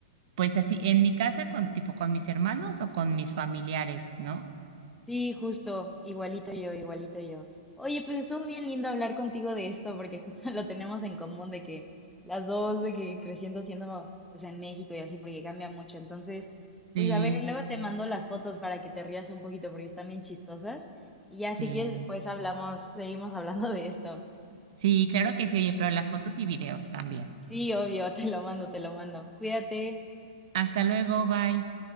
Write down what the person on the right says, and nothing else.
pues así en mi casa con tipo con mis hermanos o con mis familiares, ¿no?
Sí.
Sí.
Sí, claro que sí, oye, pero las fotos y videos también.
Hasta luego, bye.